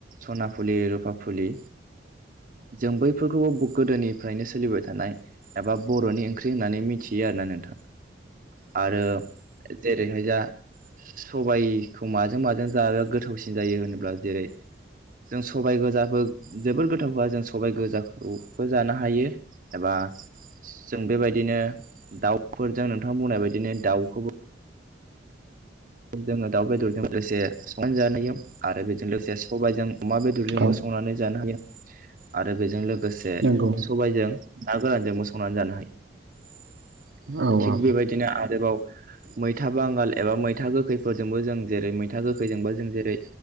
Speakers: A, on the right (about 45°); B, on the right (about 75°).
A: सनाफुलि रुपाफुलि जों बैफोरखौबो गोदोनिफ्रायनो सोलिबाय थानाय एबा बर'नि ओंख्रि होननानै मिथियो आरो ना नोंथां आरो जेरैहाय जा सबायाइखौ माजों माजों जाबा गोथावसिन जायो होनोब्ला जेरै जों सबाय गोजाफोर जोबोद गोथ थाव जों सबाय गोजाखौबो जानो हायो एबा जों बेबायदिनो दाउफोरजों नोंथां बुंनाय बायदिनो दाउखौबो जोङो दाउ बेदरजों लोगोसे संनानै जानाय आरो बेजों लोगोसे सबायजों अमा बेदरजोंबो
B: औ
A: सं मावनानै जानो हायो आरो बेजों लोगोसे
B: नंगौ
A: सबायाइजों ना गोरानजोंबो संनानै जानो हायो ।
B: औ
A: थिग
B: औ
A: बेबायदिनो आरोबाव मैथा बांगाल एबा मै मैथा गोखैफोरजोंबो जों जेरै मैथा गोखैजोंबो जों जेरै